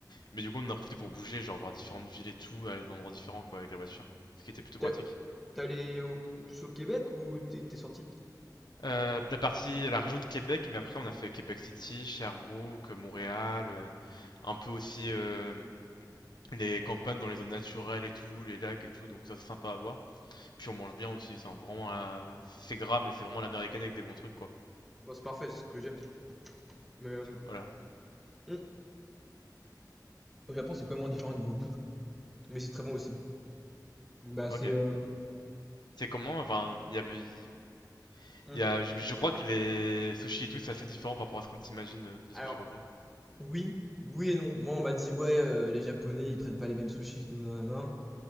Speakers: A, on the left (about 75°); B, in the centre.
A: Mais du coup, on en a profité pour bouger, genre voir différentes villes et tout, aller dans des endroits différents quoi avec la voiture, ce qui était plutôt
B: T'as-
A: pratique.
B: T'es allé au, au Québec ou t'es t'es sorti?
A: Euh, la partie, la région de Québec, mais après on a fait Québec City, Sherbrooke, Montréal, euh, un peu aussi euh, les campagnes dans les zones naturelles et tout, les lacs et tout, donc ça c'est sympa à voir. Puis on mange bien aussi, c'est vraiment la- c'est gras, mais c'est vraiment l'américaine avec des bons trucs quoi.
B: Moi, c'est parfait, c'est ce que j'aime. Mais euh,
A: Voilà,
B: hmm, au Japon, c'est complètement différent niveau bouffe, mais c'est très bon aussi. Bah,
A: ok.
B: c'est. euh,
A: C'est comment, enfin, il y avait, il
B: hmm,
A: y a, je, je crois que les sushis et tout c'est assez différent par rapport à ce qu'on s'imagine euh, de
B: Alors,
A: ce que j'ai compris.
B: oui, oui et non. Moi, on m'a dit, ouais, euh, les Japonais, ils prennent pas les mêmes sushis que nous, nanana.